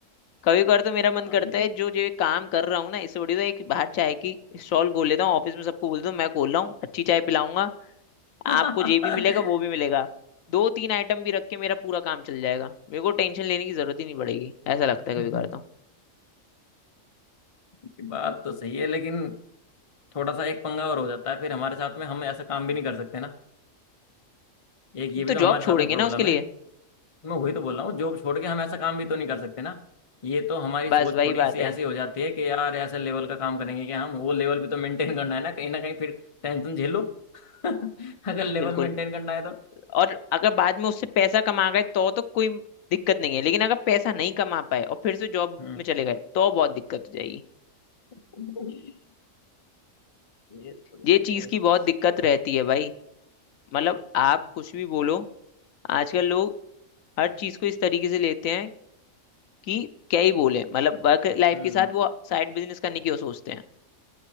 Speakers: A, on the left; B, on the left.
A: कभी कभार तो मेरा
B: हाँ,
A: मन करता
B: ये
A: है जो जो ये काम कर रहा हूँ ना इससे बढ़िया तो एक बाहर चाय की स्टॉल खोल लेता हूँ ऑफिस में सबको बोल दूँ मैं खोल रहा हूँ अच्छी चाय पिलाऊंगा
B: <laughs>
A: आपको ये
B: हम्म
A: भी मिलेगा वो भी मिलेगा दो तीन आइटम भी रख के मेरा पूरा काम चल जाएगा मेरे को टेंशन लेने की जरूरत ही नहीं पड़ेगी ऐसा लगता है
B: <laughs>
A: कभी कभार तो
B: ये बात तो सही है लेकिन थोड़ा सा एक पंगा और हो जाता है फिर हमारे साथ में हम ऐसा काम भी नहीं कर सकते ना एक ये भी
A: तो
B: तो हमारे
A: जॉब छोड़ेंगे
B: साथ में प्रॉब्लम
A: ना उसके लिए
B: है मैं वही तो बोल रहा हूँ जॉब छोड़ के हम ऐसा काम भी तो नहीं कर सकते ना ये तो हमारी
A: बस
B: सोच
A: वही
B: थोड़ी
A: बात
B: सी
A: है
B: ऐसी हो जाती है कि यार ऐसे लेवल का काम करेंगे कि हम वो लेवल भी तो मेंटेन करना है ना कहीं ना कहीं फिर टेंशन झेलो <laughs> अगर लेवल
A: बिल्कुल
B: मेंटेन करना है तो
A: और अगर बाद में उससे पैसा कमा गए तो तो कोई दिक्कत नहीं है लेकिन अगर पैसा नहीं कमा पाए और फिर से जॉब
B: हम्म
A: में चले गए तो बहुत दिक्कत हो जाएगी
B: <laughs> ये थोड़ी
A: ये
B: सी
A: चीज
B: है
A: की
B: समस्या
A: बहुत दिक्कत रहती है भाई मतलब आप कुछ भी बोलो आजकल लोग हर चीज को इस तरीके से लेते हैं कि क्या ही बोले मतलब वर्क लाइफ
B: हम्म
A: के साथ वो साइड बिजनेस करने की वो सोचते हैं